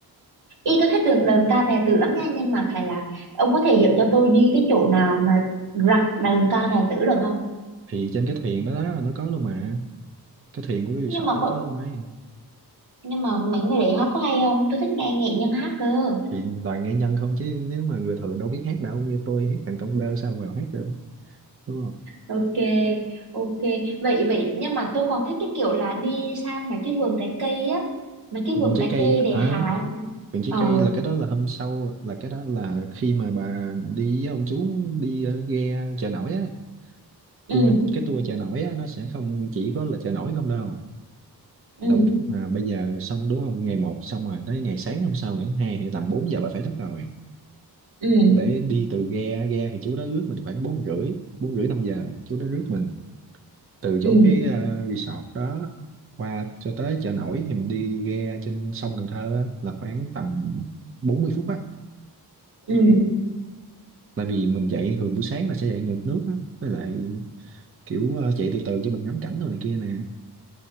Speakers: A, on the right (about 85°); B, on the right (about 35°).
A: Y tôi thích đường đờn ca tài tử lắm nha nhưng mà phải là ông có thể dẫn cho tôi đi cái chỗ nào mà rặt đờn ca tài tử được không
B: thì trên cái thuyền đó đó nó có luôn mà cái thuyền của cái resort
A: nhưng mà
B: đó
A: có
B: có luôn ấy
A: nhưng mà mấy người đấy hát có hay không tôi thích nghe nghệ nhân hát cơ
B: thì toàn nghệ nhân không chứ nếu mà người thường đâu biết hát đâu như tôi hát thành công bơ sao vào hát được đúng không
A: ok ok vậy vậy nhưng mà tôi còn thích cái kiểu là đi sang mấy cái vườn trái cây á mấy cái
B: vườn
A: vườn
B: trái
A: trái
B: cây
A: cây để
B: à
A: hái
B: vườn trái
A: ờ
B: cây là cái đó là hôm sau là cái đó là khi mà bà đi với ông chú đi ờ, ghe chợ nổi á
A: ừ
B: tour cái tour chợ nổi á nó sẽ không chỉ có là chợ nổi không đâu
A: ừ
B: đầu à, bây giờ xong đúng không ngày một xong rồi tới ngày sáng hôm sau ngày thứ hai thì tầm 4 giờ bà phải thức rồi
A: ừ
B: để đi từ ghe ghe thì chú đó rước mình khoảng bốn rưỡi bốn rưỡi năm giờ chú đó rước mình từ chỗ
A: ừ
B: cái ờ, resort đó qua cho tới chợ nổi thì mình đi ghe trên sông Cần Thơ á, là khoảng tầm 40 phút á
A: ừ
B: tại vì mình chạy thường buổi sáng là sẽ chạy ngược nước á với lại kiểu ờ, chạy từ từ cho mình ngắm cảnh đồ này kia nè